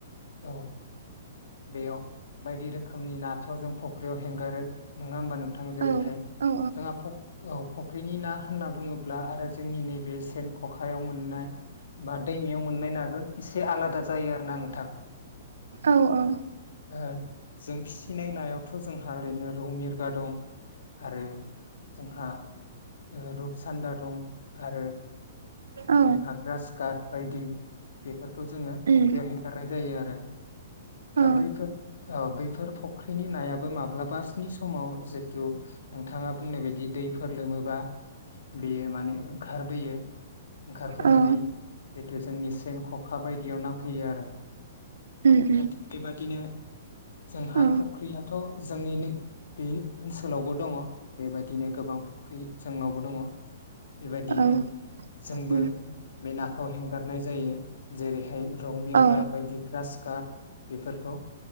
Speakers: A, on the left; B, on the right.
A: औ। बेयाव बायदि रो खोमनि नाथ' जों फख्रियाव हेंगोरो, नङा होमबा नों थां, जेरैहाय,
B: औ औ
A: जोंहा फख औ फख्रिनि ना होनना बुङोब्ला आरो जोंनि नैबे सेन खखायाव मोननाय बा दैमायाव मोननाय नाजों इसे आलादा जायो आरो ना नोंथां।
B: औ औ।
A: ओ जों फिसिनाय नायावथ' जोंहा ओरैनो रौ मिरगा दं आरो जोंहा ओ रुपसान्दा दं आरो
B: औ
A: जोंहा ग्रासकाट बायदि बेफोरखौ जोङो
B: उम
A: फख्रियाव हेंगार जायो आरो दा
B: औ
A: बैफोर औ बैफोर फख्रिनि नायाबो माब्लाबा स्नि समाव जितु नोंथाङा बुंनाय बायदि दैफोर लोमोबा बेयो माने। ओंखारबोयो, ओंखारबोनानै
B: औ
A: जिथु जोंनि सेन ख खा बायदियाव नांफैयो आ - दा
B: उम उम
A: थिग बेबादिनो जोंहा
B: औ
A: फख्रियाथ' जोंनि नैबे ओनसोलावबो दङ, बेबायादिनो गोबां फख्रि जोंनाव बेबादिनो
B: औ
A: जोंबो
B: उम
A: बे नाखौ हेंगारनाय जायो। जेरैहाय र
B: औ
A: गा बायदि ग्रासकात। बेफोरखौ